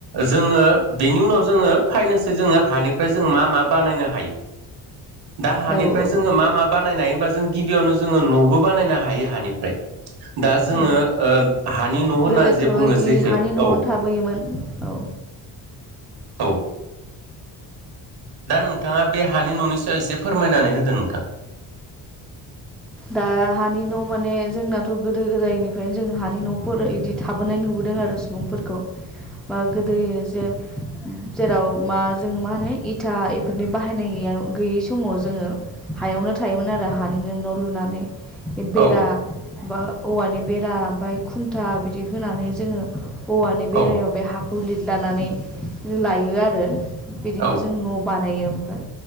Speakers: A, on the right (about 65°); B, in the centre.
A: जोङो बेनि उनाव जोङो फाइनसै जोङो हानिफ्राय जों मा मा बानायनो हायो? दा हानिफ्राय
B: औ औ
A: जोङो मा मा बानायनाय होनबा जों गिबियावनो जोङो न'बो बानायनो हायो हानिफ्राय दा जोङो
B: औ
A: ओ हानि न' होनना
B: गोदोथ'
A: जे बुङो
B: इदि
A: जेखो
B: हानि न'आवनो
A: औ
B: थाबोयोमोन औ
A: औ दा नोंथाङा बे हानि न'नि सायाव एसे फोरमायनानै होदो नोंथां।
B: दा हानि न' माने जोंनाथ' गोदो गोदायनिफ्रायनो जों हानि न'फोर बिदि थाबोनाय नुबोदों। आरो सुबुंफोरखौ बा गोदो जे जेराव मा जों मा होनो इथा बेफोरनि बाहायनाय गैया गैयै समाव जोङो हायावनो थायोमोन आरो हानिनो न' लुनानै बेरा
A: औ
B: बा औवानि बेरा ओमफ्राय खुन्था बिदि होनानै जोङो औवानि
A: औ
B: बेरायाव बे हा लिरलानानै लायो आरो। बिदिनो
A: औ
B: जों न' बानायो ओमफ्राय।